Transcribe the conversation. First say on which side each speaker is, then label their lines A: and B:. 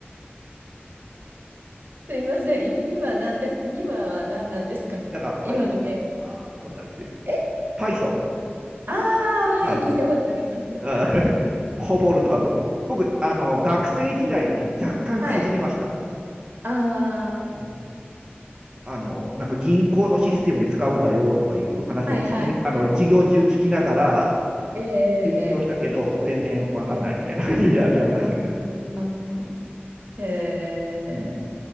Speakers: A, on the right (about 55°); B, on the right (about 20°).
A: すいません。い、今なんで、<laughs> 今は何なんですかね。
B: <laughs> なんか、Python
A: 今のゲーム。
B: とか、そんなんですよ。
A: え、
B: Python。
A: ああ、はい、
B: あ、
A: 聞いたことあります。
B: あ <laughs> こぼるとか、僕、あの、学生時代に若干かじりました。
A: はい。あ
B: うん。あの、なんか銀行のシステムに使うんだよとかいう話を聞きな、
A: あ、はいはいはい。
B: あの、授業中聞きながら
A: ええ
B: 勉強したけど、全然わかんないみたいな感じでや
A: ええ
B: <laughs> やめましたけど。
A: あーへえ。
B: うん。